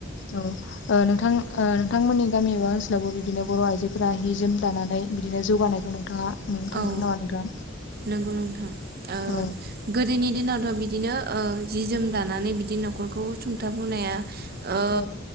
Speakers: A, on the left; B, on the right.
A: औ ओ नोंथां ओ नोंथांमोननि गामि एबा ओनसोलावबो बिदिनो बर' आइजोफोरा हि जोम दानानै बिदिनो जौगानायखौ नोंथाङा नुनो थांदों
B: औ
A: नामा नोंथां
B: नंगौ नोंथां ओ
A: औ
B: गोदोनि दिनावथ' बि बिदिनो ओ जि जोम दानानै बिदि न'खरखौ सुंथा बोनाया ओ
A: औ